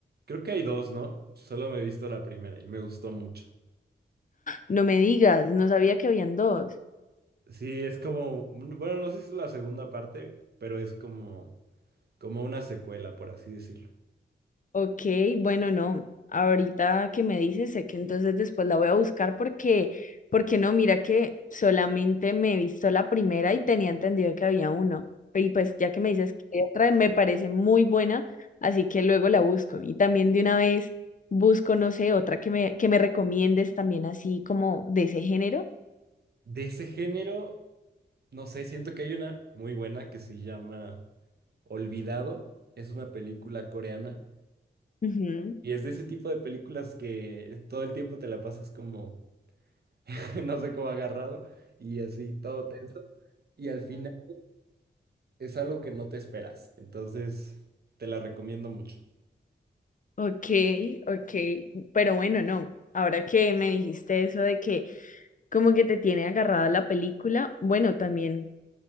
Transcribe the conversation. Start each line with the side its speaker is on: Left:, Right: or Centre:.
Right: creo que hay dos, ¿no? Solo me he visto la primera y me gustó mucho.
Left: No me digas, no sabía que habían dos.
Right: Sí, es como, un- bueno, no sé si es la segunda parte, pero es como, como una secuela, por así decirlo.
Left: Ok, bueno, no. Ahorita que me dices, sé que entonces después la voy a buscar porque, porque no, mira que solamente me he visto la primera y tenía entendido que había uno. Y pues ya que me dices que hay otra, me parece muy buena, así que luego la busco. Y también de una vez busco, no sé, otra que me, que me recomiendes también así como de ese género.
Right: De ese género. No sé, siento que hay una muy buena que se llama Olvidado. Es una película coreana.
Left: Ujú.
Right: Y es de ese tipo de películas que todo el tiempo te la pasas como, <laughs> no sé cómo agarrado y así todo tenso. Y al final es algo que no te esperas. Entonces, te la recomiendo mucho.
Left: Ok, ok, pero bueno, no. Ahora que me dijiste eso de que como que te tiene agarrada la película, bueno, también